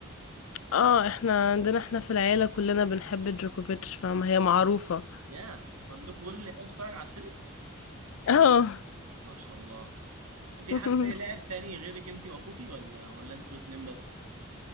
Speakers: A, on the left (about 65°); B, on the right (about 85°).
A: اه احنا عندنا احنا في العيلة كلنا بنحب جوكوفيتش فاهمة هي معروفة
B: يا انت عندك كل اللي بيتفرج على التنس
A: اه
B: ما شاء الله وفي
A: <laughs>
B: حد تاني لاعب تاني غيرك انت واخوكي ولا ولا انتوا اتنين بس